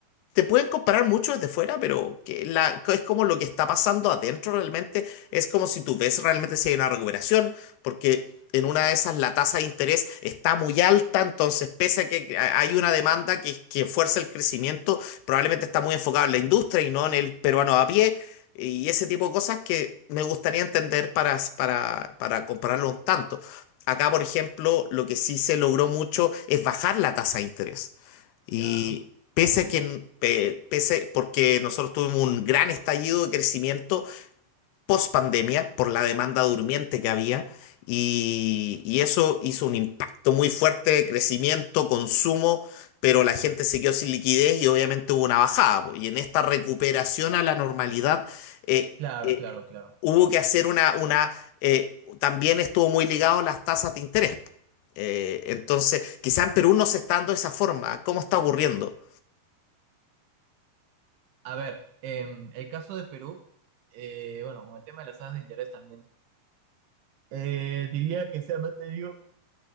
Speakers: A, on the left; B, on the right.
A: te pueden comparar mucho desde fuera, pero que la, que es como lo que está pasando adentro realmente. Es como si tú ves realmente si hay una recuperación, porque en una de esas la tasa de interés está muy alta, entonces pese a que ha- hay una demanda que, que fuerza el crecimiento, probablemente está muy enfocada en la industria y no en el peruano a pie. Y ese tipo de cosas que me gustaría entender para, para, para compararlo un tanto. Acá, por ejemplo, lo que sí se logró mucho es bajar la tasa de interés. Y
B: Ya.
A: pese
B: ujú.
A: a que, pe- pese, porque nosotros tuvimos un gran estallido de crecimiento post pandemia por la demanda durmiente que había y, y eso hizo un impacto muy fuerte de crecimiento, consumo, pero la gente se quedó sin liquidez y obviamente hubo una bajada. po. Y en esta recuperación a la normalidad eh,
B: Claro,
A: eh,
B: claro, claro.
A: hubo que hacer una, una eh, también estuvo muy ligado a las tasas de interés. po. Eh, entonces, quizá en Perú no se está dando de esa forma. ¿Cómo está ocurriendo?
B: A ver, em, el caso de Perú, eh, bueno, con el tema de las tasas de interés también, eh, diría que se ha mantenido